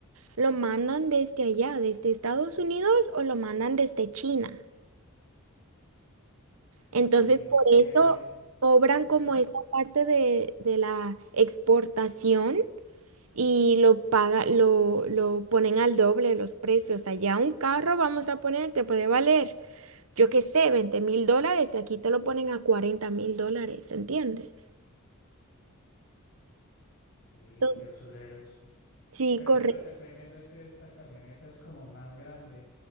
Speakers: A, on the right (about 75°); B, on the left (about 55°).
A: lo mandan desde allá, desde Estados Unidos o lo mandan desde China.
B: Sí,
A: Entonces,
B: es
A: por
B: que
A: eso cobran
B: yo
A: como
B: lo que...
A: esta parte de, de la exportación y lo paga, lo, lo ponen al doble los precios. Allá un carro, vamos a poner, te puede valer, yo qué sé, veinte mil dólares y aquí te lo ponen a cuarenta mil dólares, ¿entiendes?
B: Sí,
A: To-
B: qué usureros.
A: Sí,
B: Pero
A: correcto.
B: yo lo que estoy viendo es que esta camioneta es como más grande.